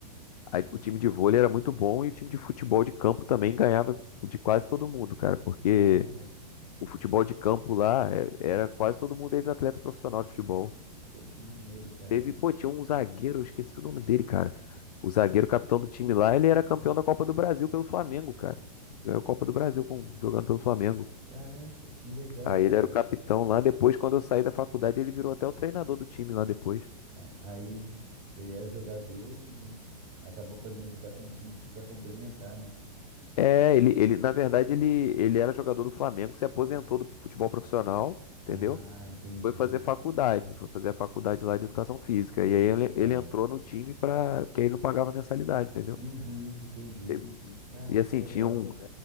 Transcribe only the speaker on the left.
Aí o time de vôlei era muito bom e o time de futebol de campo também ganhava de quase todo mundo, cara, porque
o futebol de campo lá é- era quase todo mundo ex-atleta profissional de futebol.
Teve, pô, tinha um zagueiro, eu esqueci o nome dele, cara. O zagueiro capitão do time lá, ele era campeão da Copa do Brasil pelo Flamengo, cara. Ganhou a Copa do Brasil com- jogando pelo Flamengo.
Aí
ele era o capitão lá. Depois, quando eu saí da faculdade, ele virou até o treinador do time lá depois.
É, ele, ele, na verdade, ele, ele era jogador do Flamengo, se aposentou do futebol profissional, entendeu?
E Foi fazer faculdade, foi fazer a faculdade lá de educação física.
E
aí ele,
ele entrou no time pra, que aí não pagava mensalidade, entendeu?
Teve-
E
assim,
tinha um.